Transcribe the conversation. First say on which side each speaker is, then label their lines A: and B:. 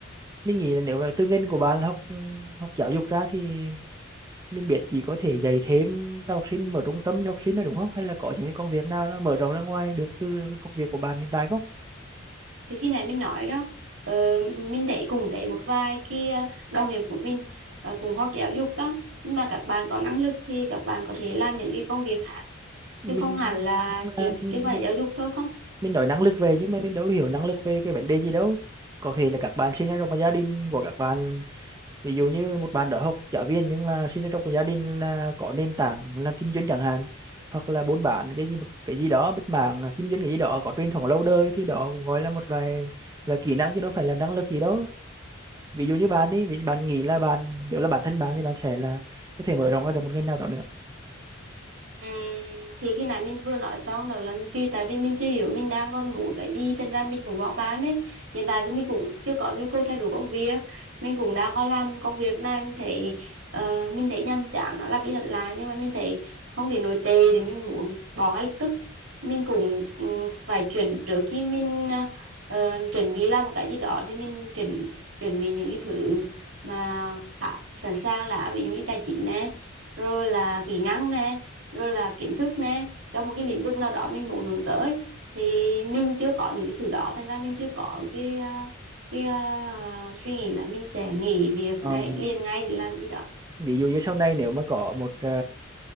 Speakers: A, on the right; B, on the right.
A: mình nghĩ là nếu mà tư ngành của bạn là học ừ, học giáo dục ra thì mình biết chỉ có thể dạy thêm cho học sinh mở trung tâm cho học sinh thôi đúng không hay là có những cái công việc nào nó mở rộng ra ngoài được từ cái công việc của bạn hiện tại không
B: thì khi này mình nói đó ờ, mình thấy cùng thấy một vài cái ờ, đồng nghiệp của mình ờ, cùng học giáo dục đó nhưng mà các bạn có năng lực thì các bạn có thể làm những cái công việc khác
A: mình
B: chứ không hẳn là
A: nhưng mà
B: chỉ
A: mình
B: liên quan
A: mình
B: đến giáo dục thôi không
A: mình nói năng lực về nhưng mà mình đâu hiểu năng lực về cái vấn đề gì đâu có thể là các bạn sinh ra trong một gia đình của các bạn ví dụ như một bạn đó học giáo viên nhưng mà sinh ra trong một gia đình là có nền tảng làm kinh doanh chẳng hạn hoặc là buôn bán cái gì một cái gì đó bất mảng kinh doanh cái gì đó có truyền thống lâu đời thì đó cũng gọi là một loại loại kỹ năng chứ đâu phải là năng lực gì đâu ví dụ như bạn đi vì bạn nghĩ là bạn nếu là bản thân bạn thì bạn sẽ là có thể mở rộng ra được một ngành nào đó nữa
B: Ừm, thì khi nãy mình vừa nói xong đó là vì tại vì mình chưa hiểu mình đang còn muốn cái gì thành ra mình cũng hoang mang đấy hiện tại thì mình cũng chưa có nhu cầu thay đổi công việc mình cũng đang có làm công việc này mình thấy ờ, mình thấy nhàm chán nó lặp đi lặp lại nhưng mà mình thấy không để nổi tệ để mình muốn bỏ ngay lập tức mình cũng ừm, phải chuẩn trước khi mình ờ, chuẩn bị làm một cái gì đó thì mình chuẩn chuẩn bị những cái thứ mà khá sẵn sàng là ví dụ như tài chính nè rồi là kỹ năng nè rồi là kiến thức nè trong một cái lĩnh vực nào đó mình muốn hướng tới thì mình chưa có những cái thứ đó thành ra mình chưa có cái ờ, cái ờ, suy nghĩ là mình sẽ nghỉ việc
A: Ờ,
B: ngay liền ngay để làm gì đó
A: ví dụ như sau này nếu mà có một ờ,